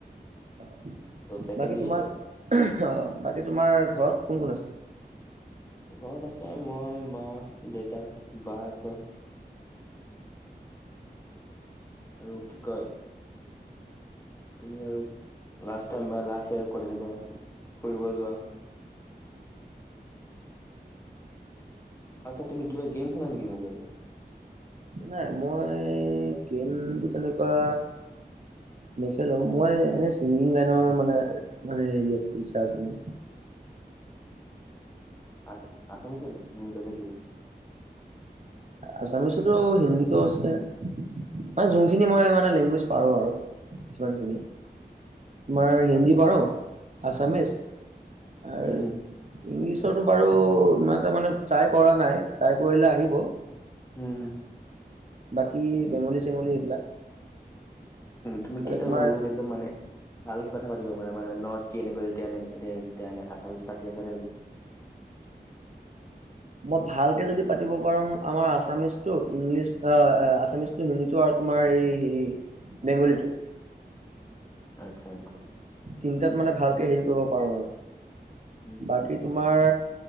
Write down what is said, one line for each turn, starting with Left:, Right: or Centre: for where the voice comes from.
Right: হয়
Left: ত' ছেকেণ্ড
Right: বাকী তোমাৰ
Left: লিষ্ট
Right: অ বাকী তোমাৰ ঘৰত কোন কোন আছে
Left: ঘৰত আছে মই মা দেউতা বা আছে আৰু কি কয় তুমি আৰু লাষ্ট টাইম বা লাষ্ট ইয়ৰ কত এনেকোৱা ফুৰিব যোৱা আচ্ছা তুমি কিবা গেইম খেলা নেকি মোবাইলত <inaudible>
Right: নাই মই গেমটো তেনেকোৱা নেখেলো মই এনেই ছিংগিং লাইনৰ মানে মানে হেৰি আ ইচ্ছা আছে মোৰ
Left: আ আছামিছত নি নে বেলেগ কিবা
Right: আছামিছতো হিন্দীতো আছে মানে যোনখিনি মই মানে লেংগুৱেজ পাৰো আৰু সিমানখিনি তোমাৰ হিন্দী পাৰো আছামিচ আৰু
Left: উম
Right: ইংলিছ তটো বাৰু ইমান এটা মানে ট্ৰাই কৰা নাই ট্ৰাই কৰিলে আহি ব
Left: হম
Right: বাকী বেংগলী চেংগলী এইবিলাক
Left: তুমি কেইটা
Right: তোমাৰ
Left: লেংগুৱেজ একদম মানে ভালকে কথা পাতিব পাৰা মানে নৰ্থ কি এনেকৈ যেতিয়া এনে এ যেতিয়া এ আছামিছ পাতি আছে তেনেকে
Right: মই ভালকে যদি পাতিব পাৰোম আমাৰ আছামিচটো ইংলিছ আছামিচটো হিন্দীটো আৰু তোমাৰ এই হেৰি বেংগলীটো
Left: আচ্ছা আচ্ছা
Right: তিনটাত মানে ভালকে হেৰি কৰিব পাৰো আৰু
Left: উম
Right: বাকী
Left: উম
Right: তোমাৰ